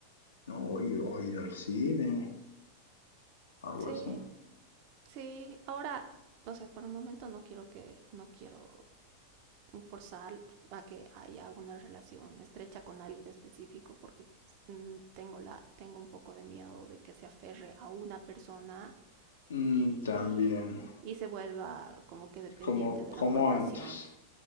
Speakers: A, on the left (about 70°); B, on the right (about 45°).
A: ¿no? O, ir- o ir al cine algo
B: sí,
A: así.
B: sí. Ahora, o sea, por el momento no quiero que, no quiero forzar a que haya una relación estrecha con alguien específico porque mm, tengo la tengo un poco de miedo de que se aferre a una persona
A: Mm,
B: y,
A: también,
B: y se vuelva como que dependiente
A: como,
B: de
A: como
B: la aprobación,
A: antes.